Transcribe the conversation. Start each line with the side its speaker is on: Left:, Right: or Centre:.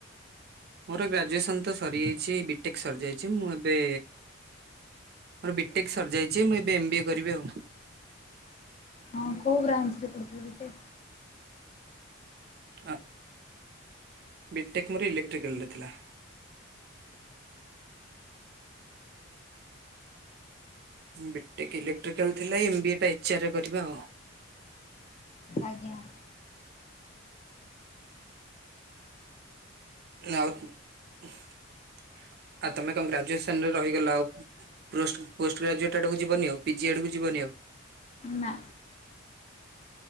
Right: ମୋର ଗ୍ରାଜୁଏସନ ତ ସରିଯାଇଛି ବିଟେକ୍ ସରିଯାଇଛି ମୁଁ ଏବେ ମୋର ବିଟେକ୍ ସରିଯାଇଛି ମୁଁ ଏବେ ଏମ ବିଏ କରିବି ଆଉ।
Left: ଅ କୋଉ ବ୍ରାଞ୍ଚରେ କରିଥିଲେ ଟେ
Right: ହଁ। ବିଟେକ୍ ମୋର ଇଲେକ୍ଟ୍ରିକାଲରେ ଥିଲା। ବିଟେକ୍ ଇଲେକ୍ଟ୍ରିକାଲ ଥିଲା। ଏ ଏମ ବିଏ ଟା ଏଚେରେ କରିବା ଆଉ।
Left: ଆଜ୍ଞା।
Right: ଆଉ ଆଉ <unintelligible> ତମେ କଣ ଗ୍ରାଜୁଏସନରେ ରହିଗଲା ଆଉ। ପୋଷ୍ଟ ପୋଷ୍ଟ ଗ୍ରାଜୁଟ ଆଡକୁ ଯିବନି ଆଉ ପିଜି ଆଡକୁ ଯିବନି ଆଉ।
Left: ନା